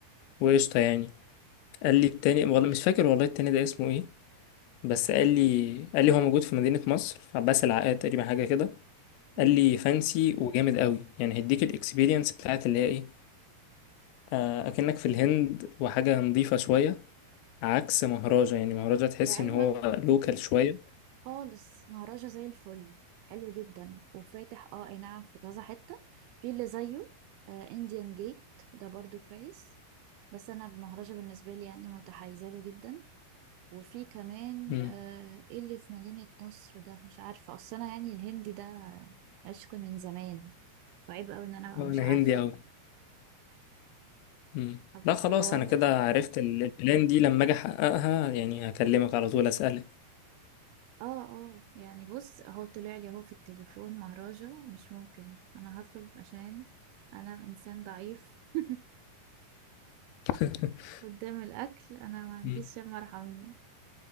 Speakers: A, on the left; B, on the right.
A: وقشطة يعني قال لي التاني
B: مم.
A: والله مش فاكر والله التاني ده اسمه ايه بس قال لي قال لي هو موجود في مدينة مصر في عباس العقاد تقريبا حاجة كده
B: مم.
A: قال لي فانسي وجامد قوي يعني هيديك الاكسبيرينس بتاعت اللي هي ايه آه، اكنك في الهند وحاجه نظيفه شويه عكس مهرجة يعني مهرجة تحسي
B: لعلمك
A: ان هو لوكال شويه
B: خالص مهرجة زي الفل حلو جدا وفاتح اه اي نعم في كذا حتة في اللي زيه انديان جيت ده برضو كويس بس انا مهرجة بالنسبة لي يعني متحيزة له جدا وفي كمان
A: امم
B: آه إيه اللي في مدينة نصر ده مش عارفة اصل انا يعني الهندي ده عشق من زمان وعيب قوي ان انا ابقى
A: انا
B: مش عارفة
A: هندي قوي امم
B: هبقى
A: لا خلاص
B: ادور
A: انا
B: لك
A: كده عرفت ال- البلان دي لما اجي احققها يعني هكلمك على طول اسالك
B: اه اه يعني بص اهو طلع لي اهو في التليفون مهرجة مش ممكن انا هطلب عشان انا انسان ضعيف <laughs>
A: <laughs>
B: قدام الأكل أنا ما عنديش
A: مم.
B: يا مرحمين